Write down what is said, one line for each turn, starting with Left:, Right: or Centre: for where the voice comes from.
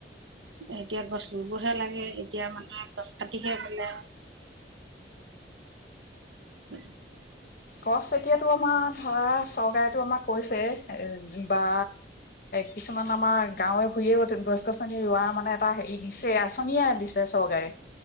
Right: এতিয়া গছ ৰুবহে লাগে এতিয়া মানুহে গছ কাটিহে পেলায়। উম
Left: গছ এতিয়াতো আমাৰ ধৰা চৰকাৰেটো আমাক কৈছে বা কিছুমান আমাৰ গাঁৱে ভূঞেও গছ গছনি ৰোৱাৰ মানে এটা হেৰি দিছে আঁচনিয়ে দিছে চৰকাৰে।